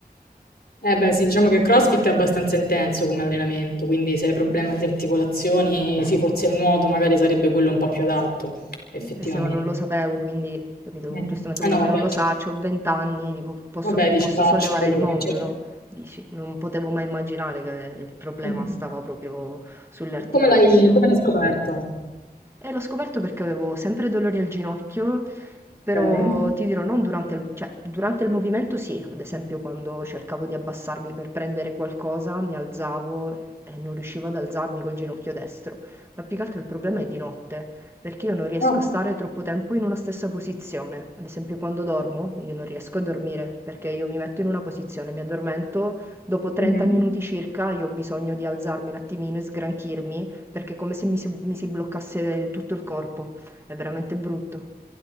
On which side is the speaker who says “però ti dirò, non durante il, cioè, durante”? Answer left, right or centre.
Right